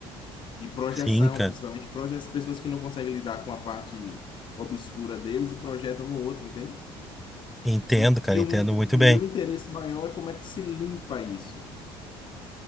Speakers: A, on the left; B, in the centre.
A: E projeção,
B: sim, cara,
A: principalmente projeção, pessoas que não conseguem lidar com a parte obscura deles e projetam no outro, entende?
B: entendo,
A: E,
B: cara,
A: e o
B: entendo
A: o
B: muito bem.
A: meu interesse maior é como é que se limpa isso,